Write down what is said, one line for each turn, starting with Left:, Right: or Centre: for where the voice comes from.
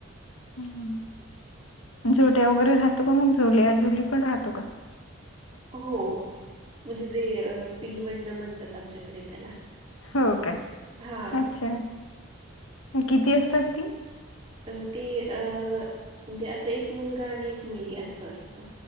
Left: हम्म, हम्म झोड्या वगैरे राहतो का मग झोल्या झुली पण राहतो का?
Right: हो म्हणजे जे पिलवंड म्हणतात आमच्याकडे त्याला.
Left: हो का?
Right: हा
Left: अच्छा किती असतात ती?
Right: अ ती अ म्हणजे असं एक मुलगा आणि एक मुलगी असं असतं.